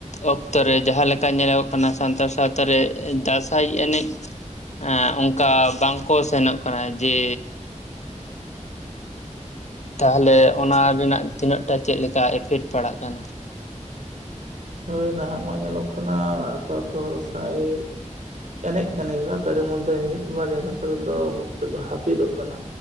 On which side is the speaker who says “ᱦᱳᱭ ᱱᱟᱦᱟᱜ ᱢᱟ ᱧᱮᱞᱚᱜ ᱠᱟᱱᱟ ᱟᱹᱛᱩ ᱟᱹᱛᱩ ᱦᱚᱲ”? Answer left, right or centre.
Right